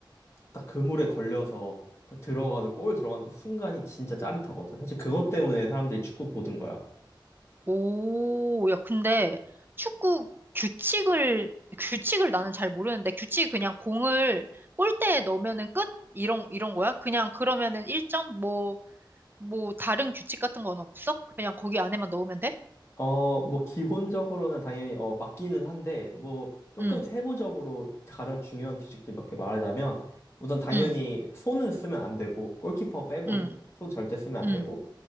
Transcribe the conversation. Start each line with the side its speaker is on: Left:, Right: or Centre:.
Left: 딱 그물에 걸려서 딱 들어가서 골 들어가는 그 순간이 진짜 짜릿하거든. 사실 그것 때문에 사람들이 축구 보던 거야.
Right: 오, 야, 근데 축구 규칙을, 규칙을 나는 잘 모르는데, 규칙이 그냥 공을 골대에 넣으면은 끝? 이런, 이런 거야? 그냥 그러면은 1점? 뭐, 뭐, 다른 규칙 같은 건 없어? 그냥 거기 안에만 넣으면 돼?
Left: 어, 뭐, 기본적으로는 당연히, 어, 맞기는 한데, 뭐, 조금
Right: 응,
Left: 세부적으로 가장 중요한 규칙들 몇 개 말하자면, 우선 당연히
Right: 응,
Left: 손은 쓰면 안 되고, 골키퍼 빼고는
Right: 응,
Left: 손 절대 쓰면 안
Right: 응,
Left: 되고,